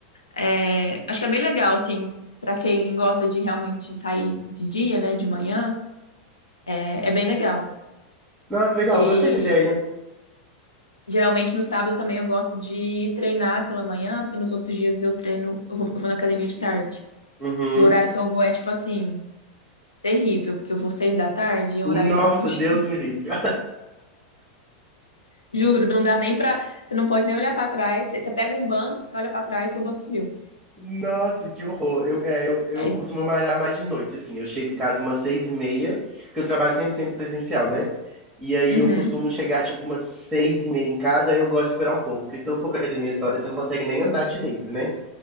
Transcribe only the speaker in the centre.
Não, que legal,
gostei da ideia.
Uhum.
Nossa,
Deus me livre. <laughs>
Nossa, que horror. Eu, é, eu, eu
costumo malhar mais de noite, assim. Eu chego em casa umas seis e meia, porque eu trabalho 100% presencial, né? E aí
eu costumo chegar, tipo, umas seis e meia em casa, aí eu gosto de esperar um pouco, porque se eu for pra academia essa hora, você não consegue nem andar direito, né?